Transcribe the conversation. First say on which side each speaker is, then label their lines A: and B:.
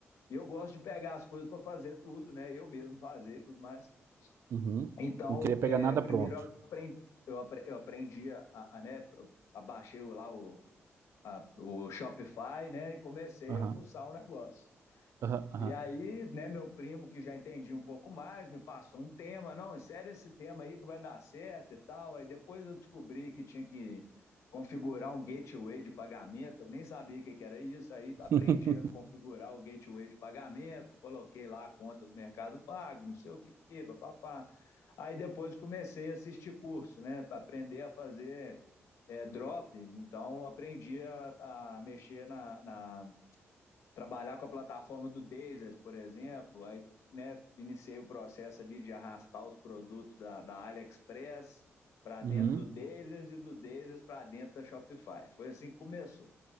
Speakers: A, on the left; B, on the right.
A: E eu gosto de pegar as coisas para fazer tudo, né? Eu mesmo fazer e tudo mais.
B: uhum.
A: Então,
B: Não queria pegar
A: é,
B: nada
A: primeiro
B: pronto.
A: eu aprendi, eu apre- eu aprendi a, a, né, eu abaixei lá o a- o Shopify, né? E comecei
B: Aham,
A: a fuçar o negócio.
B: aham, aham.
A: E aí, né, meu primo, que já entendia um pouco mais, me passou um tema, não, insere esse tema aí que vai dar certo e tal. Aí depois eu descobri que tinha que configurar um gateway de pagamento, eu nem sabia o que era isso, aí aprendi
B: <laughs>
A: a configurar o gateway de pagamento, coloquei lá a conta do Mercado Pago, não sei o que, papapá. Aí depois comecei a assistir curso, né, para aprender a fazer é, drop, então aprendi a, a mexer na, na trabalhar com a plataforma do Dazers, por exemplo, aí né, iniciei o processo ali de arrastar os produtos da, da AliExpress para
B: Uhum.
A: dentro do Dazers e do Dazers para dentro da Shopify. Foi assim que começou.